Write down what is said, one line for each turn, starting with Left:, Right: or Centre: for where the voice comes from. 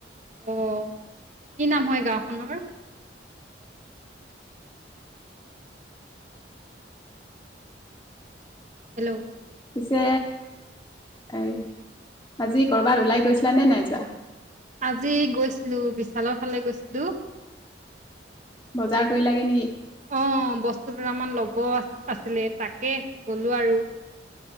Right: অ, কি নাম হয় গাওখনৰ? হেল্ল',
Left: পিছে <unintelligible> আজি কৰ'বাত ওলাই গৈছিলানে নাই যোৱা?
Right: আজি গৈছিলো বিছালৰ ফালে গৈছিলো। অ,
Left: বজাৰ কৰিলাগে নেকি
Right: বস্তু দুটামান ল'ব ল'ব আছিলে তাকে গলো আৰু।